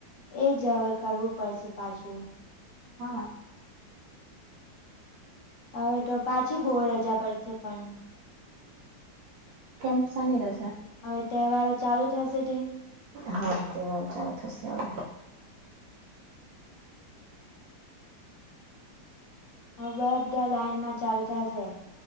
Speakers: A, on the left; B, on the right.
A: એ જ હવે કરવું પડશે પાછું.
B: હા
A: હવે તો પાછી બહુ રજા પડશે પણ
B: કેમ સાની રજા
A: હવે તહેવારો ચાલુ થશે તે
B: હા તેવાર ચાલુ થશે હવે
A: હ બધા લાઈનમાં ચાલુતાશે